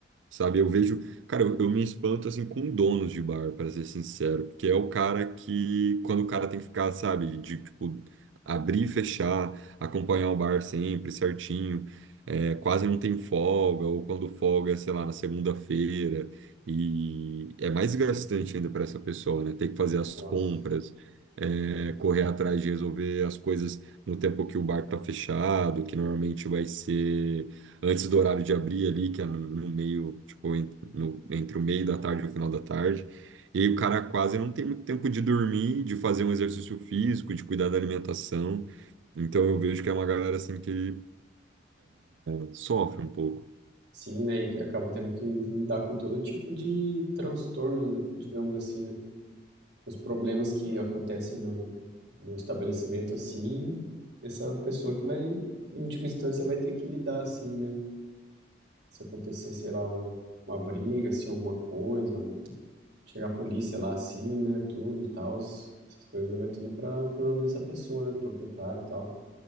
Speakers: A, on the right; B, on the right.
A: Sabe, eu vejo, cara, eu, eu me espanto assim com donos de bar, para ser sincero, porque é o cara que, quando o cara tem que ficar, sabe, de tipo, abrir e fechar, acompanhar o bar sempre certinho, é, quase não tem folga, ou quando folga, é, sei lá, na segunda-feira, e é mais desgastante ainda para essa pessoa, né? Ter que fazer as
B: Nossa.
A: compras, é, correr atrás de resolver as coisas no tempo que o bar tá fechado, que normalmente vai ser antes do horário de abrir ali, que é no, no meio, tipo, en- no- entre o meio da tarde e o final da tarde. E aí o cara quase não tem muito tempo de dormir, de fazer um exercício físico, de cuidar da alimentação. Então eu vejo que é uma galera assim que pô, sofre um pouco.
B: Sim, né? E acaba tendo que lidar com todo tipo de transtorno, digamos assim, né? Os problemas que acontecem no, no estabelecimento, assim, essa pessoa que vai, em última instância, vai ter que lidar, assim, né? Se acontecer, sei lá, um- uma briga, assim, alguma coisa, um Chegar a polícia lá assim, né? Tudo, tal. Essas coisas vai tudo para pro nome dessa pessoa, né? Do proprietário e tal.